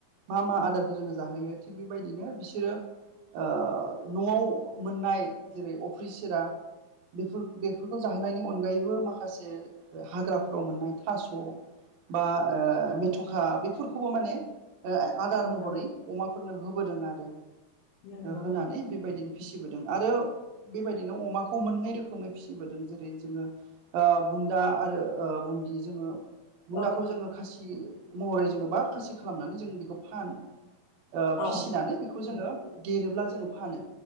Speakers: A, on the right (about 80°); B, on the left (about 65°).
A: मा मा आदारखौ जोङो जाहोयो थिग बेबायदिनो बिसोरो ओ न'आव मोननाय जेरै अफ्रि सिरा बेफोर बेफोरखौ जाहोनायनि अनगायैबो माखासे हाग्राफोराव मोननाय थास' बा ओ मेथ'खा बेफोरखौबो माने ओ आ-आदार
B: नंगौ
A: महरै अमाफोरनो होबोदों आरो
B: नंगौ
A: होनानै बेबायदिनो फिसिबोदों आरो बेबायदिनो अमाखौ मोननै रोखोमै फिसिबोदों जेरै जोङो ओ बुन्दा आरो बुन्दि जोङो बुन्दाखौ
B: औ
A: जोङो खासि महरै जोङो बा खासि खालामनानै जों बेखौ फानो ओ फिसिनानै
B: औ
A: बेखौ जोङो देरोब्ला जोङो फानो